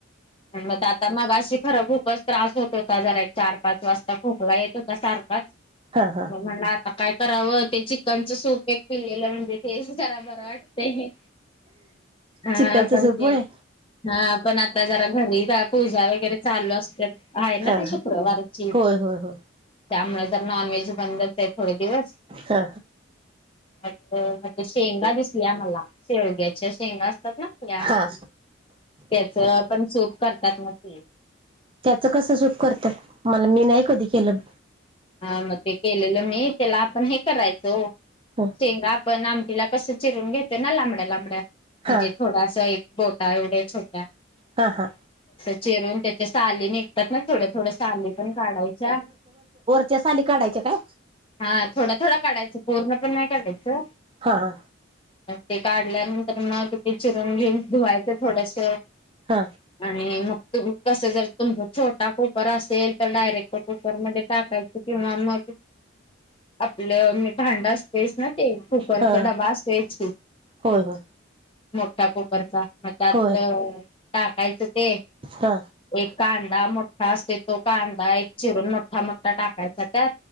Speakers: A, on the left; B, on the right.
A: ह मग आता मगाशी, खरं खूपच त्रास होत होता जरा, एक चार पाच वाजता खोकला येत होता सारखाच --
B: हा हा
A: म म्हणल आता काय करावं, ते चिकनच सूप एक पिलेलं, म्हणजे ते जरा -- वाटतयं. हा.
B: चिकनचं
A: पण
B: सूप
A: ते,
B: होय
A: हा पण आता जरा घरी पूजा वगैरे चालू असत्यात आहे ना
B: हा
A: ते
B: हा
A: शुक्रवारची.
B: होय होय होय
A: त्यामुळे जर नॉन व्हेज बंदच. य थोडे दिवस
B: हा
A: म शेंगा दिस की आमाला शेवग्याच्या शेंगा- - ल्या,
B: हा
A: त्याच पण सूप करतात ना ते
B: त्याच कसं सुप करत्यात, मला मी नाही कधी केलंऽ
A: हा, मग ते केलेलं मी, त्याला आपण हे करायच ओ,
B: हा
A: शेंगा आपण आमऽ टिला कसं चिरून घेतेय ना,, लांबड्या, लांबड्या
B: हा
A: म्हणजे थोडासा एक बोटा एवढ्या छोट्याऽ
B: हा, हा,
A: चिरून त्याच्या साली निघतात ना, थोड्या थोड्या साली पण काढायच्या.
B: च्या साली काढायच्या काय?
A: हा थोडा, थोडं काढयचं, पूर्ण पण नाही काढयचं.
B: हा हा
A: ते काढल्यानंतर मग ते चिरून घेऊन धुवायचं थोडस
B: हा
A: आणि म कस जर तुम छोटा कुकर असेल तर डायरेक्ट कुकरमध्ये टाकायच किंवा मग आपलं मी भांड असतेस ना ते कुकरचा
B: हा
A: डबा असोच खू
B: होय होय
A: मोठा कुकरचा मग त्यात
B: होय
A: टाकायचं ते
B: हा
A: एक कान कांा मोठा असते तो कांदा एक चिरून मोठा मोठा टाकायचा त्यात